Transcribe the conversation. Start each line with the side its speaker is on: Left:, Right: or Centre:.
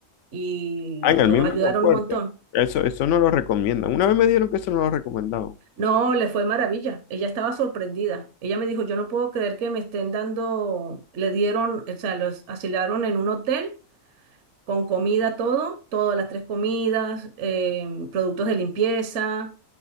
Right: y
Left: Ah, en el
Right: los
Left: mismo
Right: ayudaron
Left: aeropuerto.
Right: un montón.
Left: Eso, eso no lo recomiendan. Una vez me dieron que eso no lo recomendaban.
Right: No, le fue maravilla. Ella estaba sorprendida. Ella me dijo, yo no puedo creer que me estén dando, le dieron, o sea, los asilaron en un hotel con comida todo, todas las tres comidas, eh, productos de limpieza,